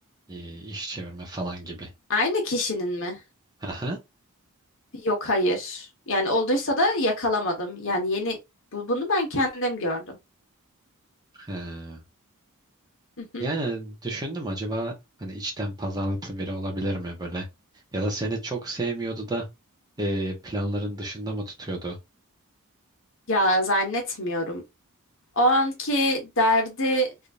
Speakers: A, on the right (about 20°); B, on the left (about 60°).
A: e, iş çevirme falan gibi?
B: Aynı kişinin mi?
A: Aha.
B: Yok hayır. Yani olduysa da yakalamadım. Yani yeni bu- bunu ben kendim gördüm.
A: He.
B: <laughs>
A: Yani düşündüm acaba hani içten pazarlıklı biri olabilir mi böyle? Ya da seni çok sevmiyordu da e, planların dışında mı tutuyordu?
B: Ya zannetmiyorum. O anki derdi